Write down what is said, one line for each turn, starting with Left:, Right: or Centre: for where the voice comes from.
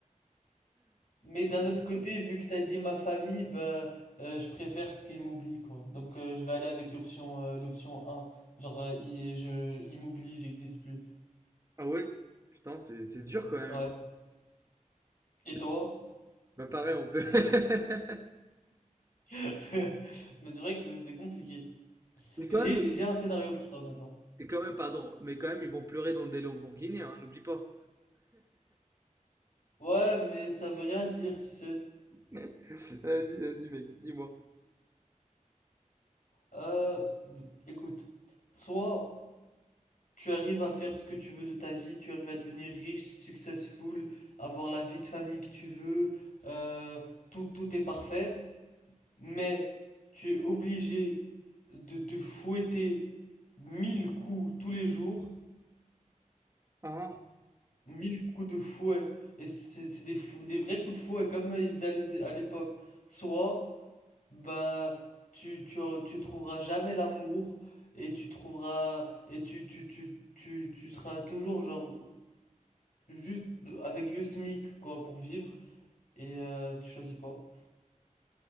Left: mais d'un autre côté, vu que t'as dit ma famille, ben euh, je préfère qu'ils m'oublient, quoi. Donc euh, je vais aller avec l'option euh, l'option un genre euh, ils, je, ils m'oublient, j'existe plus.
Right: Ah ouais Putain, c'est c'est dur quand même.
Left: Ouais.
Right: C'est
Left: Et toi?
Right: bah, pareil, on peut. <laughs>
Left: <laughs> Mais c'est vrai que c'est c'est compliqué.
Right: mais
Left: J'ai,
Right: quand même,
Left: j'ai un scénario pour toi maintenant.
Right: et quand même, pardon, mais quand même, ils vont pleurer dans des Lamborghini, hein, n'oublie pas.
Left: Ouais, mais ça veut rien dire, tu sais.
Right: <laughs> Vas-y, vas-y, mec, dis-moi.
Left: Euh, écoute. Soit tu arrives à faire ce que tu veux de ta vie, tu arrives à devenir riche, successful, avoir la vie de famille que tu veux, euh, tout, tout est parfait, mais tu es obligé de te fouetter mille coups tous les jours
Right: Ah,
Left: Mille coups de fouet. Et c'est c'est des, fou- des vrais coups de fouet comme euh, ils faisaient à l'és- à l'époque. Soit, bah, tu, tu, tu trouveras jamais l'amour et tu trouveras, et tu, tu, tu, tu, tu seras toujours genre juste avec le SMIC quoi pour vivre. Et euh, tu choisis quoi?